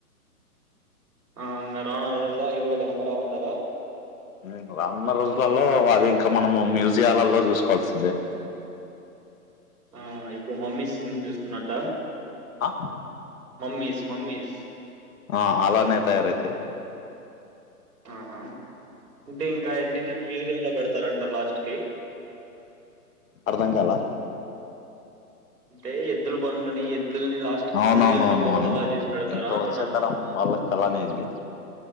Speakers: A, on the right; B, on the left.
A: ఆ ఇంగ రానున్న రోజుల్లో అవి కూడా గనపడవు ఉంటారా
B: మ్ రానున్న రోజులలో అవి ఇంకా మనము మ్యూజియాలలో చూసుకోవాల్సిందే
A: ఆ ఇప్పుడు మమ్మీస్ ని చూస్తున్నట్ట
B: ఆ
A: మమ్మీస్ మమ్మీస్
B: ఆ అలానే తయారయితే
A: ఆహా అంటే ఇంకా ఎన్నింటి <unintelligible> లో పెడతారంటారు లాస్ట్ కి
B: అర్ధం కాలా
A: అంటే ఎద్దుల బనులని ఎద్ ద్ల్ని లాస్ట్క్
B: అవునవునవునవును
A: మ్యూజియం లో బొమ్మలా చేసి పెడతారా
B: ఇంకా
A: అంటున్నా
B: వచ్చే తరం వాళ్ళకి అలానే అయిద్ది